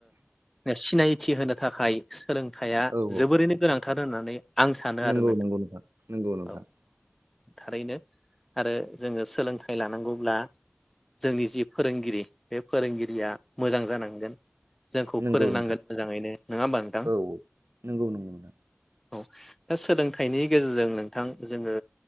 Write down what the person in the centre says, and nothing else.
सिनायथि होनो थाखाय सोलों। हाया
जोबोरैनो
गोनांथार होननानै। आं सानो
आरो
औ थारैनो आरो जोङो सोलोंथाइ लानांगौब्ला। जोंनि जि फोरोंगिरि बे फोरोंगिरिया मोजां जानांगोन। जोंखौ
फोरोंनांगोन
मोजाङैनो नङा होमबा नोंथां
ओ। औ दा सोलोंथाइनि गेजेरजों नोंथां जोङो